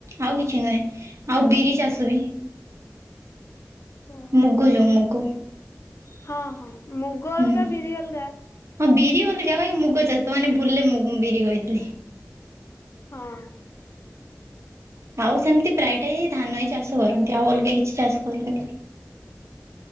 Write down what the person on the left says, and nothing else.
ଓହୋ
ହଁ ହଁ ମୁଗ
ଅଲଗା ବିରି ଅଲଗା।
ହଁ।